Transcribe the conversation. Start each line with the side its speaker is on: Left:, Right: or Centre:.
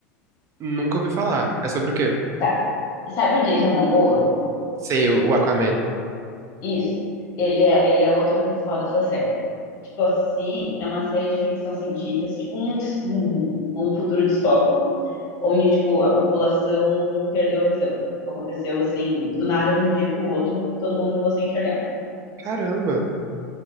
Right: Nunca ouvi falar. É sobre o quê?
Left: Tá. Sabe o Jason Momoa?
Right: Sei, o o Aquaman.
Left: Isso. Ele é, ele é o ator principal dessa série. Tipo, a Si é uma série de ficção científica, assim, tipo um, dis- um um futuro distópico, onde, tipo, a população perdeu a visão. Aconteceu, assim, do nada, de um dia pro outro, todo mundo ficou sem enxergar.
Right: Caramba.